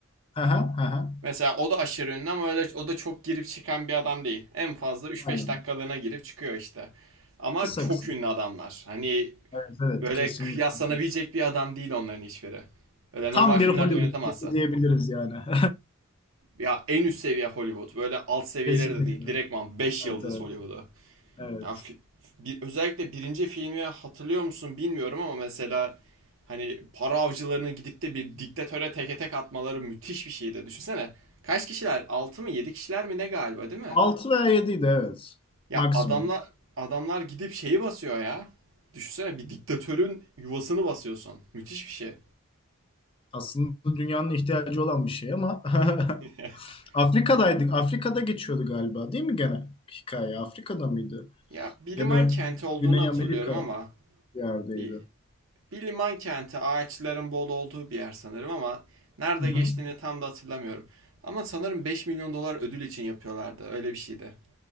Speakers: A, on the left; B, on the right.
A: Hı hı hı. hı.
B: Mesela o da aşırı ünlü ama öyle o da çok girip çıkan bir adam değil. En fazla üç
A: Aynen.
B: beş dakikalığına girip çıkıyor işte. Ama
A: Kısa
B: çok
A: kısa.
B: ünlü adamlar. Hani
A: Evet, evet
B: böyle
A: kesinlikle.
B: kıyaslanabilecek bir adam değil onların hiçbiri. Öyle
A: Tam
B: normal filmlerde
A: bir Hollywood
B: oynatamazsa.
A: filmi diyebiliriz yani. <laughs>
B: Ya en üst seviye Hollywood. Böyle alt seviyeleri
A: Kesinlikle.
B: de değil. Direktman 5 yıldız
A: Evet evet.
B: Hollywood'u.
A: Evet.
B: Ya bir, özellikle birinci filmi hatırlıyor musun bilmiyorum ama mesela hani para avcılarını gidip de bir diktatöre teke tek atmaları müthiş bir şeydi. Düşünsene. Kaç kişiler? 6 mı 7 kişiler mi ne galiba değil mi?
A: 6 veya 7 evet.
B: Ya
A: Maksimum.
B: adamlar adamlar gidip şeyi basıyor ya. Düşünsene bir diktatörün yuvasını basıyorsun. Müthiş bir şey.
A: Aslında dünyanın ihtiyacı olan bir şey ama <laughs>
B: <laughs>
A: Afrika'daydık. Afrika'da geçiyordu galiba değil mi gene hikaye? Afrika'da mıydı?
B: Ya Biliman
A: Ya da
B: kenti olduğunu
A: Güney
B: hatırlıyorum
A: Amerika
B: ama
A: bir yerdeydi.
B: bir Bir liman kenti ağaçların bol olduğu bir yer sanırım ama nerede
A: Hı hı.
B: geçtiğini tam da hatırlamıyorum. Ama sanırım 5 milyon dolar ödül için yapıyorlardı. Öyle bir şeydi.